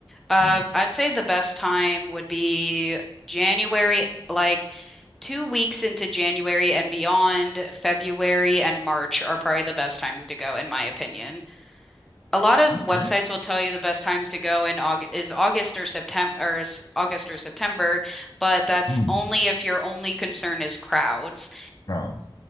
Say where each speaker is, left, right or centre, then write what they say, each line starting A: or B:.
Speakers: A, in the centre; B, on the left (about 50°).
A: Uh,
B: Oh,
A: I'd say the best time would be January, like two weeks into January and beyond, February and March are probably the best times to go in my opinion. a lot of
B: okay.
A: websites will tell you the best times to go in Aug is August or September or s- August or September, but that's
B: Hmm.
A: only if your only concern is crowds.
B: Crowd.